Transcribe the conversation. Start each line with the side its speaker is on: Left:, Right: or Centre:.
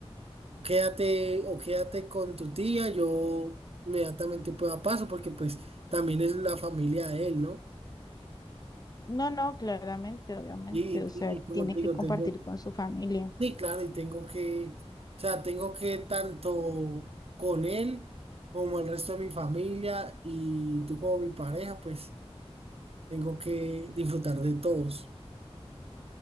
Right: Quédate o quédate con tu tía, yo inmediatamente pueda paso porque pues también es la familia de él, ¿no?
Left: No, no, claramente, obviamente,
Right: Y,
Left: o
Right: y-
Left: sea,
Right: y como
Left: tiene
Right: te digo,
Left: que compartir
Right: tengo,
Left: con su familia.
Right: sí, claro, y tengo que, o sea, tengo que tanto con él como el resto de mi familia y tú como mi pareja, pues tengo que disfrutar de todos.